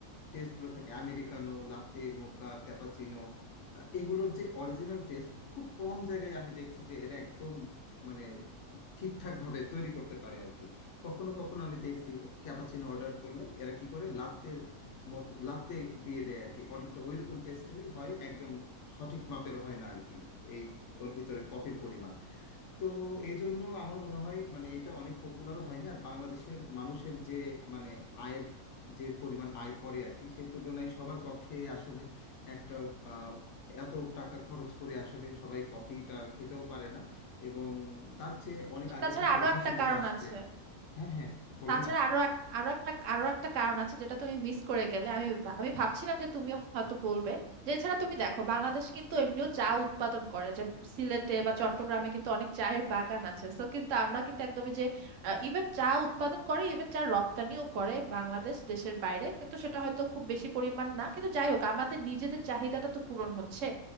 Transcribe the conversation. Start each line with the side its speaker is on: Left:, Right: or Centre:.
Left: টেস্টগুলো থাকে আমেরিকানো লাতে মোকা ক্যাপাচিনো আহ, এগুলোর যে অরিজিনাল টেস্ট খুব কম জায়গায় আমি দেখছি যে এরা একদম মানে ঠিকঠাকভাবে তৈরি করতে পারে আর কি কখনো কখনো আমি দেখছি ক্যাপাচিনো অর্ডার করলে এরা কি করে লাত্তের মতো লাত্তে দিয়ে দেয় আর কি অনেকটা ওইরকম টেস্টেরই হয় একদম সঠিক মাপের হয় না আর কি এই ওর ভিতরে কফির পরিমাণ তো এই জন্য আমার মনে হয় মানে এটা অনেক পপুলারও হয়নি আর বাংলাদেশের মানুষের যে মানে আয়ের যে পরিমাণ আয় করে আর কি সেই তুলনায় সবার পক্ষে আসলে একটা আহ, এত টাকা খরচ করে আসলে সবাই কফিটা খেতেও পারে
Right: হুম।
Left: না এবং তার চেয়ে অনেক আগে
Right: তাছাড়া
Left: থেকে
Right: আরো
Left: অভ্যাসের
Right: একটা
Left: মধ্যে
Right: কারণ
Left: আসছে
Right: আছে
Left: হ্যাঁ হ্যাঁ বলো
Right: তাছাড়া
Left: না
Right: আরো এক- আরো একটা আরো একটা কারণ আছে যেটা তুমি মিস করে গেলে আমি ভা- আমি ভাবছিলাম যে তুমি হয়তো বলবে যে এছাড়া তুমি দেখো বাংলাদেশ কিন্তু এমনিও চা উৎপাদন করে যে সিলেটে বা চট্টগ্রামে কিন্তু অনেক চায়ের বাগান আছে তো কিন্তু আমরা কিন্তু একদমই যে ইভেন চা উৎপাদন করে ইভেন চা রপ্তানিও করে বাংলাদেশ দেশের বাইরে কিন্তু সেটা হয়তো খুব বেশি পরিমাণ না কিন্তু যাই হোক আমাদের নিজেদের চাহিদাটা তো পূরণ হচ্ছে